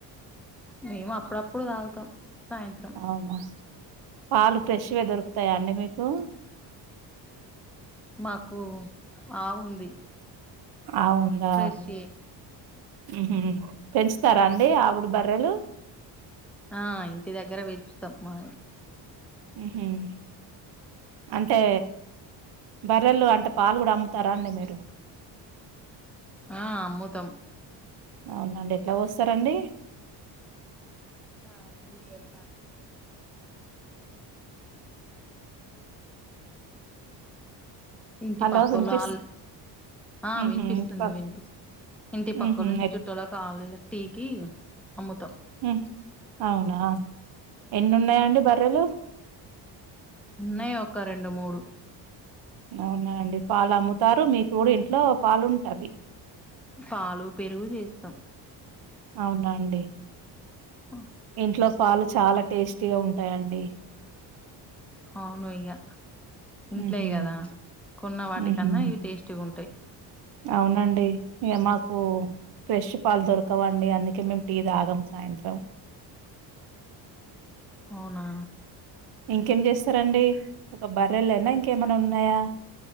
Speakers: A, in the centre; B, on the right.
A: మేము అప్పుడప్పుడు తాగుతాం సాయంత్రం
B: అవునా పాలు ఫ్రెష్ గా దొరుకుతాయా అండి మీకు
A: మాకు ఆవు ఉంది
B: ఆ వుందా
A: ఫ్రెష్ ఏ
B: ఉహు పెంచుతారా అండి ఆవులు బర్రెలు
A: ఆ ఇంటి దగ్గర పెంచుతామ్ మా
B: హుహుమ్ అంటే బర్రెలు అంటే పాలు కూడా అమ్ముతారా అండి మీరు
A: ఆ అమ్ముతాం
B: అవునండి ఎట్లా పోస్తారండీ
A: ఆ లీటర్ ఇంటి
B: హలో
A: పక్కళ్లు
B: వినిపిస్
A: ఆళు ఆ
B: ఉహు
A: వినిపిస్తుంది
B: ఇంటి ప
A: వినిపిస్తు ఇంటి పక్కలు
B: ఉహు
A: ఇంటి
B: ఎట్
A: చుట్టూ తర్వాత పాలల్ల టీకి అమ్ముతాం
B: హు అవునా ఎన్ని ఉన్నాయండి బర్రెలు
A: ఉన్నాయి ఒక రెండు మూడు
B: అవునా అండి పాలు అమ్ముతారు మీకు కూడా ఇంట్లో పాలు ఉంటవి
A: పాలు పెరుగు చేస్తాం
B: అవునా అండి
A: ఆ
B: ఇంట్లో పాలు చాలా టేస్టీగా ఉంటాయండి
A: అవును ఇక ఇంట్లేయి
B: ఉహు
A: కదా కొన్న వాటికన్నా
B: ఉహు
A: ఇవి టేస్ట్ గా ఉంటాయి
B: అవునండి ఇక మాకు ఫ్రెష్ పాలు దొరకవండి అందుకే మేము టీ తాగం సాయంత్రం
A: అవునా
B: ఇంకేం చేస్తారండి ఒక బర్రెలు లేనా ఇంకేమైనా ఉన్నాయా